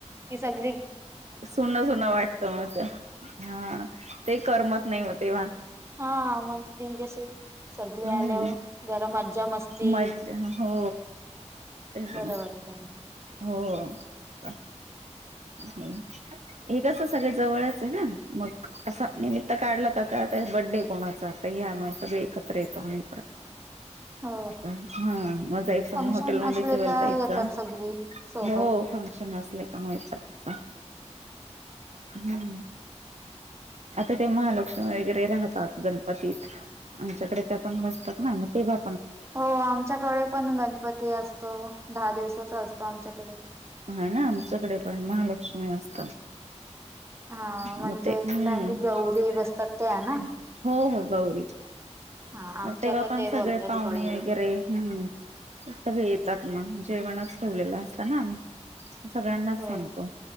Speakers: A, on the right; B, on the right.
A: कि सग
B: सुन सुन वाटत मग घर ते करमत नाही मग. तेव्हा
A: हा मग ते कशी सगळे
B: हम्म
A: आल्यावर जरा मज्जा मस्ती
B: मज्जा हो तेच
A: बरवाटत
B: ना
A: त्या
B: हो अ. हम्म हे कस सगळ जवळच आहे ना मग असं निमित्त काढला का ता आता बड्डे कोणाचा यामुळे सगळे एकत्र येतो आणि
A: हो
B: हा माझा एक समुह
A: फंक्शन
B: हॉटेलमध्ये
A: असले का
B: जायचा
A: येतात सगळी सोबत
B: हो फंक्शन असले का मग येतात. हुं. आता ते महालक्ष्मी वगैरे राहतात गणपतीत आमच्याकडे त्या पण बसतात ना मग ते बघ
A: हो आमच्याकडे पण गणपती असतो दहा दिवसाचा असतो आमच्याकडे.
B: हा ना आमच्याकडे पण महालक्ष्मी असत
A: हा
B: <unintelligible>
A: म्हणजे काय गौरी बसतात त्या ना
B: हो हो गौरी
A: हा आमच्याकडे
B: मग तेव्हा पण
A: ते
B: सगळे
A: बोलतात
B: पाहुणे
A: गौरी
B: वगैरे हम्म हे सगळे येतात मग जेवणाच ठेवलेला असताना आम्ही सगळ्यांनाच
A: हो
B: सांगतो